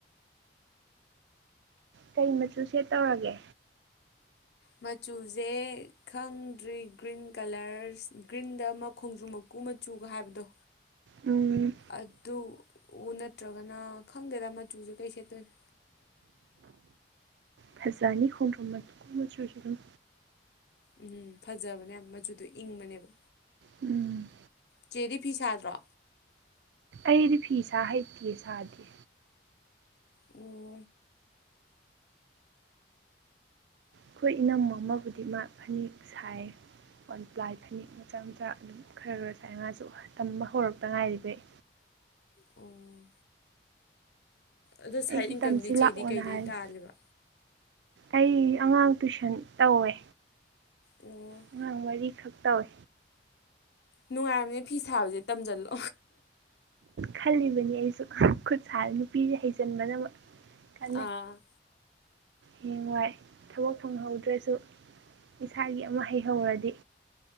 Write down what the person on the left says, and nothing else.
ꯃꯆꯨꯁꯦ ꯈꯪꯗ꯭ꯔꯤ ꯒ꯭ꯔꯤꯟ ꯀꯂꯔꯁ ꯒ꯭ꯔꯤꯟꯗ ꯑꯃ ꯈꯣꯡꯗ꯭ꯔꯨꯃꯛ ꯀꯨ ꯃꯆꯨꯒ ꯍꯥꯏꯕꯗꯣ
ꯑꯗꯨ ꯑꯣ ꯅꯠꯇ꯭ꯔꯒꯅ ꯈꯪꯗꯦꯗ ꯃꯆꯨꯁꯦ ꯀꯩ ꯁꯦꯠꯇꯣꯏꯅꯣ
ꯎꯝ ꯐꯖꯕꯅꯦ ꯃꯆꯨꯗꯣ ꯏꯪꯕꯅꯦꯕ
ꯆꯦꯔꯤ ꯐꯤ ꯁꯥꯗ꯭ꯔꯣ
ꯎꯝ
ꯑꯣ ꯑꯗꯣ ꯁꯥꯏꯠ
ꯏꯟꯀꯝꯗꯤ
ꯆꯦꯗꯤ ꯀꯩꯗꯩ
ꯇꯥꯜꯂꯤꯕ
ꯑꯣ
ꯅꯨꯡꯉꯥꯏꯔꯕꯅꯦ ꯐꯤ ꯁꯥꯕꯁꯦ ꯇꯝꯖꯜꯂꯣ
ꯑꯥ